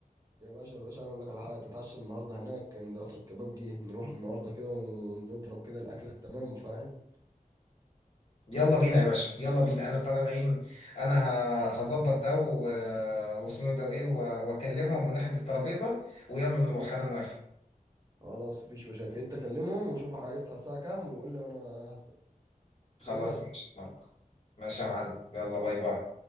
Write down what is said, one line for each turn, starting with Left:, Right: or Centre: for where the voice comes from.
Right: يا باشا يا باشا انا اقول لك على حاجه تتعشى النهارده هناك عند قصر الكباب جه نروح النهارده كده ونضرب كده الاكله التمام فاهم
Left: يلا بينا يا باشا يلا بينا انا بتاع ده انا ايه انا ه- هظبط ده و... واسمه ده وايه و- واكلمهم ونحجز ترابيزه ويلا نروح انا موافق
Right: خلاص مفيش مشاكل انت كلمهم وشوف عايز على الساعه كام وقول لي وانا
Left: خلاص
Right: هستنى
Left: ماشي يا ماركو ماشي يا معلم يلا باي باي